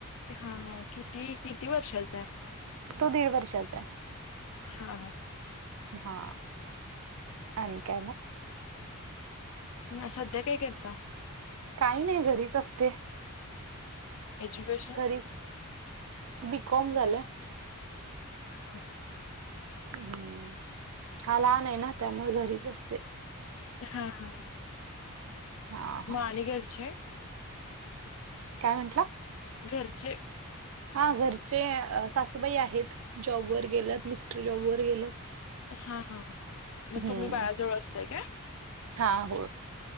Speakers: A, on the left (about 60°); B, on the right (about 65°).
A: हा हा किती किती वर्षाचा आहे
B: तो दीड वर्षाचा आहे
A: हा हा
B: हा आणि काय मग,
A: सध्या काय करता
B: काही नाही घरीच असते,
A: एज्युकेशन
B: घरीच बीकॉम झालंय
A: हा हा
B: हम्म हा लहान आहे ना त्यामुळे घरीच असतोय.
A: हा हा
B: हा हा
A: आणि घरचे
B: काय म्हंटल?
A: घरचे
B: हा घरचे सासूबाई आहेत जॉब वर गेल्यात मिस्टर जॉब वर गेलत.
A: हा हा, मग
B: हम्म.
A: तुम्ही बाळाजवळ असताय का?
B: हा, हो.